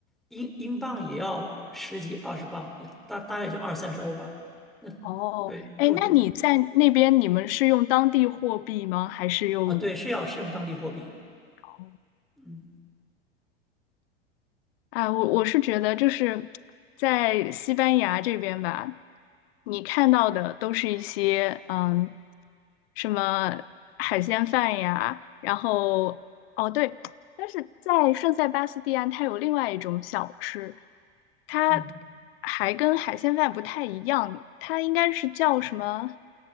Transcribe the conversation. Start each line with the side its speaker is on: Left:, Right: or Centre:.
Centre: 英英镑也要十几二十磅，也大大概也就二三十欧吧。那。
Left: 哦，
Centre: 对，
Left: 哎，
Centre: 入
Left: 那你在那边你们是用当地货币吗？还是用？
Centre: 啊，对，是要是用当地货币。
Left: 哦
Centre: 嗯
Left: 啊，我我是觉得就是在西班牙这边吧，你看到的都是一些嗯，什么海鲜饭呀，然后哦对，但是在圣塞巴斯蒂安，它有另外一种小吃，它
Centre: 嗯
Left: 还跟海鲜饭不太一样，它应该是叫什么